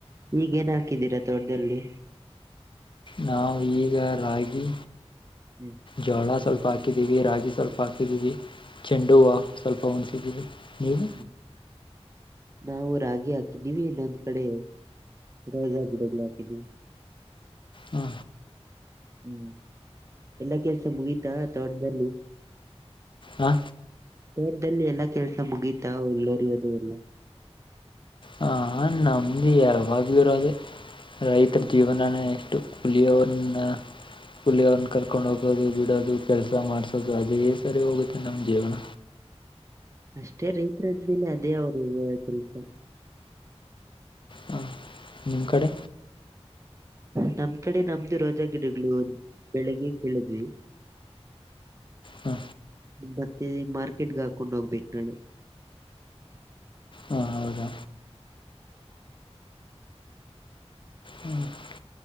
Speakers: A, on the right (about 30°); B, on the left (about 50°).
A: ಈಗೇನ್ ಹಾಕಿದ್ದೀರಾ ತೋಟದಲ್ಲಿ
B: ನಾವು ಈಗ ರಾಗಿ
A: ಹ್ಮ್
B: ಜೋಳ ಸ್ವಲ್ಪ ಹಾಕಿದೀವಿ ರಾಗಿ ಸ್ವಲ್ಪ ಹಾಕಿದೀವಿ. ಚೆಂಡು ಹೂವ ಸ್ವಲ್ಪ ಒಂದ್ ಸೈಡ್ ಇದೆ ನೀವು
A: ಹ್ಮ್ ನಾವು ರಾಗಿ ಹಾಕಿದ್ದೀವಿ ಇನ್ನೊಂದ್ ಕಡೆ ರೊಜಾ ಗಿಡಗಳಾಕಿದ್ದೀವಿ.
B: ಹ್ಮ
A: ಹ್ಮ್ ಎಲ್ಲಾ ಕೆಲ್ಸ ಮುಗಿತಾ ತೋಟ್ದಲ್ಲಿ
B: ಹಾ
A: ತೋಟದಲ್ಲಿ ಎಲ್ಲಾ ಕೆಲ್ಸ ಮುಗೀತ ಹುಲ್ಲೋರಿಯೋದು ಎಲ್ಲ.
B: ಹ ನಮ್ದು ಯಾವಾಗು ಇರೋದೆ. ರೈತರ ಜೀವನಾನೇ ಇಷ್ಟು ಕುಲಿಯೋನ್ನ ಕುಲಿಯನ್ನ ಕರ್ಕೊಂಡ್ ಹೋಗೋದು ಬಿಡೋದು ಕೆಲಸ ಮಾಡ್ಸೋದು ಅದೇ ಸರಿ ಹೋಗುತ್ತೆ ನಮ್ಮ ಜೀವನ.
A: ಅಷ್ಟೇ ರೈತರ್ ಅದ್ಮೇಲೆ ಅದೇ ಅವ್ರ ಕೆಲ್ಸ.
B: ಹಾ ನಿಮ್ಮ್ ಕಡೆ
A: ನಮ್ ಕಡೆ ನಮ್ದು ರೋಜಾ ಗಿಡಗಳು ಬೆಳಿಗ್ಗೆ ಕೀಳಿದ್ವಿ.
B: ಹಾ
A: ಮತ್ತೆ ಮಾರ್ಕೆಟ್ ಹಾಕೊಂಡ್ ಹೋಗ್ಬೇಕ್ ನಾಳೆ
B: ಹಾ ಹೌದಾ ಹ್ಞೂ